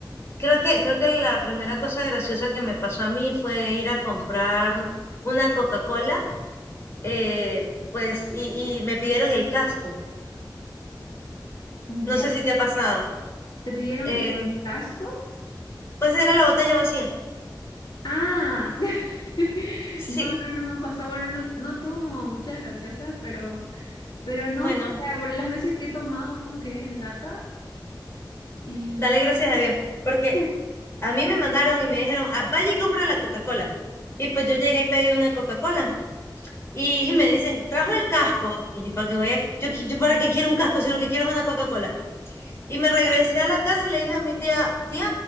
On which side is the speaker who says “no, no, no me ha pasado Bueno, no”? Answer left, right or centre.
Left